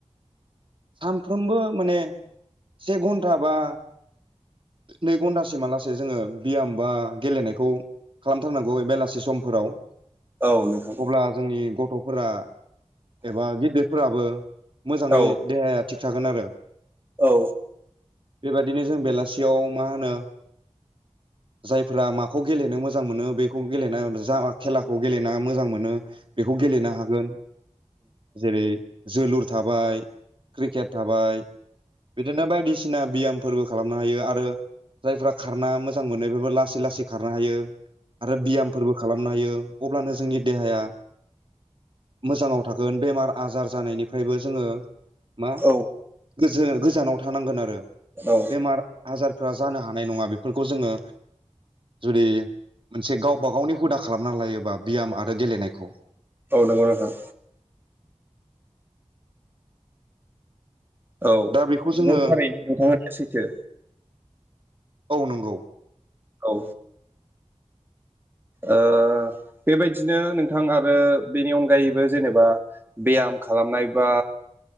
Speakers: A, on the right (about 45°); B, on the right (about 15°).
A: सानफ्रोमबो माने से घन्टा बा नै घन्टासिमा ला से जोङो बियाम बा गेलेनायखौ खालामथारनांगौ बेलासि समफोराव।
B: औ नोंथां
A: अब्ला जोंनि गथ'फोरा एबा गिदिरफोराबो मोजाङै
B: औ
A: देहाया थिग थागोन आरो।
B: औ।
A: बेबादिनो जों बेलासियाव मा होनो जायफोरारा माखौ गेलेनो मोजां मोनो बेखौ गेलेना जा खेलाखौ गेलेना मोजां मोनो। बेखौ गेलेनो हागोन जेरै जोलुर थाबाय क्रिकेट थाबाय बिदिनो बायदिसिना बियाम फोरबो खालामनो हायो आरो जायफ्रा खारना मोजां मोनो बेबो लासै लासै खारनो हायो आरो बियामफोरबो खालामनो हायो अब्लानो जोंनि देहाया मोजाङाव थागोन बेमार आजार जानायनिफ्रायबो जोङो मा
B: औ
A: गोजो गोजानाव थानांगोन आरो
B: औ
A: बेमार आजारफ्रा जानो हानाय नङा बेफोरखौ जोङो जुदि मोनसे गावबा गावनि हुदा खालामना लायोबा बियाम आरो गेलेनायखौ
B: औ नंगौ नोंथां। औ नंगौ
A: दा बेखौ जोङो
B: थारैनो नोंथां होननाया सैथो।
A: औ नंगौ।
B: औ। ओ बेबायदिनो नोंथां आरो बेनि अनगायैबो जेनेबा बेयाम खालामनाय बा